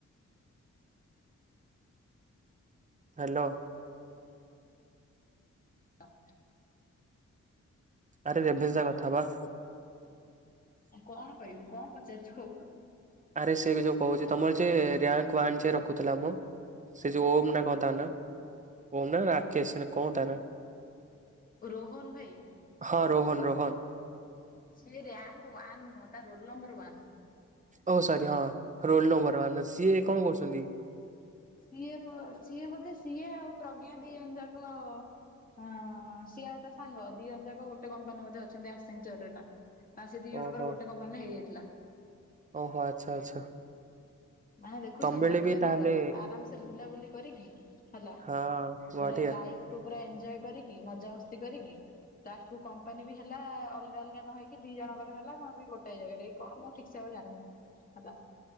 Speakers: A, on the left; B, on the right.
A: <unintelligible>
B: ହାଲୋ।
A: <inaudible>
B: ଆରେ ବ୍ୟବସା କଥା ବା
A: ଆଉ କଣ କହିବି କଣ ପଚାରୁଛୁ କହୁନୁ
B: ଆରେ ସେ ଯୋଉ କହୁଛି ତମର ଯେ ରା୍ଙ୍କ ୱାନ ଯିଏ ରଖୁଥିଲା ମଁ ସେ ଯୋଉ ଓମ୍ ନା କଣ ତା ନା ଓମ୍ ନା ରାକେଶ ସେ କଣ ତା ନା?
A: ରୋହନ୍ ଭାଇ।
B: ହଁ ରୋହନ ରୋହନ ହଁ
A: ସେ ରାଙ୍କ୍ ୱାନ ନୁହଁ ତା ରୋଲ ନମ୍ବର ୱାନ।
B: ଓ ସରି ହଁ ରୋଲ ନମ୍ବର ସିଏ କଣ କରୁଛନ୍ତି।
A: ସିଏ ସିଏ ବୋଧେ ସିଏ ଆଉ ପ୍ରଜ୍ଞା ଦି ଜଣ ଯାକ ଅ ହଁ ସିଏ ଆଉ ତା ସାଙ୍ଗ ଦି ଜଣ ଯାକ ଗୋଟେ କମ୍ପାନୀରେ ବୋଧେ ଅଛନ୍ତି ଆସିଛନ୍ତି ଗୋଟେ ଠା ତାର ସେ ଦି ଜଣଙ୍କର
B: ଓହୋ
A: ଗୋଟେ କମ୍ପାନୀରେ ହେଇଯାଇଥିଲା।
B: ଓହୋ ଆଚ୍ଛା ଆଚ୍ଛା।
A: ମାନେ ଦେଖୁଛୁ
B: ତମବେଳେ
A: ତ ଭାଗ୍ୟ
B: ବି ତାହେଲେ
A: ତାଙ୍କର ଆରାମସେ ବୁଲାବୁଲି କରିକି ହେଲା।
B: ହଁ ବଢିଆ
A: ପୁରା ଲାଇଫକୁ ପୁରା ଏ ଏଞ୍ଜୋଏ କରିକି ମଜା ମସ୍ତି କରିକି ଲାଷ୍ଟ କୁ କମ୍ପାନୀ ବି ହେଲା ଅଲଗା ଅଲଗା ନ ହେଇକି ଦି ଜଣଙ୍କର ହେଲା ମୁଁ ବି ଗୋଟାଏ ଜାଗାରେ କଣ ମୁଁ ଠିକ ସେ ଆଉ ଜାଣିନି ହେଲା।